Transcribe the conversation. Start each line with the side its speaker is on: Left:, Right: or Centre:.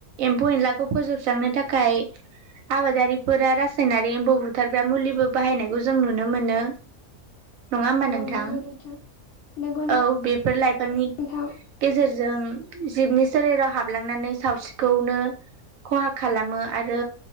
Right: एम्फौ एनलाखौ फोजोबस्रांनो थाखाय आबादारिफोरा रासायनारि एम्फौ बुथारग्रा मुलिबो बाहायनायखौ जों नुनो मोनो। नङा होमबा
Left: औ
Right: नोंथां
Left: नंगौ नंगौ
Right: औ बेफोर लाइफांनि
Left: नोंथां
Right: गेजेरजों जिबनि सोलेराव हाबलांनानै सावस्रिखौनो खहा खालामो आरो